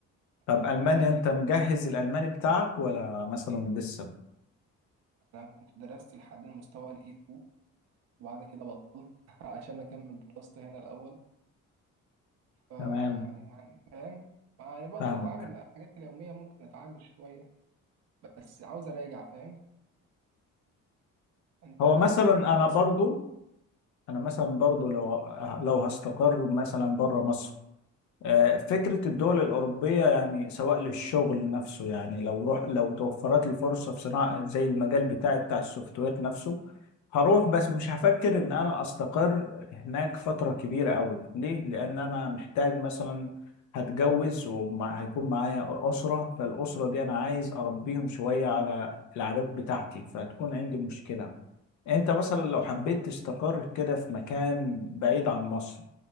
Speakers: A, on the left; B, on the right.
A: طب
B: آه
A: ألمانيا
B: أنت تحب
A: أنت مجهز الألماني بتاعك ولا مثلا لسه؟
B: أنا كنت درست لحد المستوى ال E2 وبعد كده بطلت <laughs> عشان أكمل دراستي هنا الأول ف
A: تمام
B: يعني فاهم يعني بقدر
A: فاهمك
B: أتعامل الحاجات اليومية ممكن أتعامل شوية بس عاوز أراجع فاهم أنت
A: هو
B: تعرف
A: مثلا
B: للأسف
A: أنا برضو أنا مثلا برضو لو لو هستقر مثلا بره مصر آه، فكرة الدول الأوروبية يعني سواء للشغل نفسه يعني لو روح لو توفرت لي فرصة في صناعة زي المجال بتاعي بتاع السوفت وير نفسه هروح بس مش هفكر إن أنا أستقر هناك فترة كبيرة أوي ليه؟ لأن أنا محتاج مثلا هتجوز وهيكون معايا أسرة فالأسرة دي أنا عايز أربيهم شوية على العادات بتاعتي فهتكون عندي مشكلة أنت مثلا لو حبيت تستقر كده في مكان بعيد عن مصر